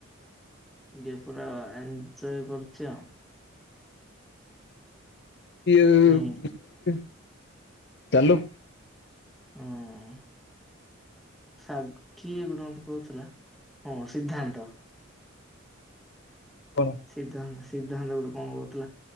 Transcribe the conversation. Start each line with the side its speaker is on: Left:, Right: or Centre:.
Centre: ଇଏ ପୁରା ଏଞୟ କରୁଛି ଆଉ।
Left: <inaudible>
Centre: ନାଇଁ
Left: ଚାଲୁ।
Centre: ଉଁ-ଉଁ ସାଗ୍ କିଏ କଣ ଗୋଟେ କହୁଥିଲା, ହଁ ସିଦ୍ଧାନ୍ତ।
Left: କଣ
Centre: ସିଦ୍ଧାନ୍ତ। <inaudible> ସିଦ୍ଧାନ୍ତ ଗୋଟେ କଣ କହୁଥିଲା,